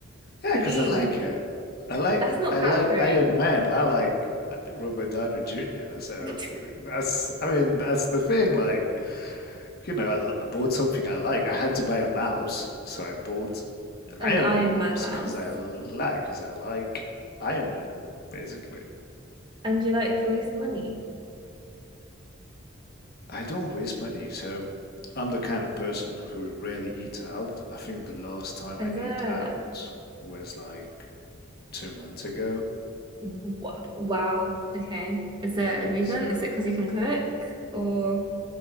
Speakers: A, on the left (about 50°); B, on the right (about 20°).
A: Yeah,
B: Please.
A: because I like it. I like,
B: That's not
A: I
B: pampering.
A: like Iron Man. I like uh, Robert Downey Jr. So
B: <laughs>
A: that's, I mean, that's the thing. Like, you know, I, l- I bought something I like. I had to buy a mouse, so I bought an
B: An
A: Iron
B: Iron
A: Man mouse
B: Man mouse.
A: because I like, because I like Iron Man, basically.
B: And you like to waste money.
A: I don't waste money, so I'm the kind of person who rarely eat out. I think the last time I
B: Is
A: ate
B: it?
A: out was like two months ago.
B: Wha- Wow. Okay. Is there a reason?
A: So
B: Is it because you can cook or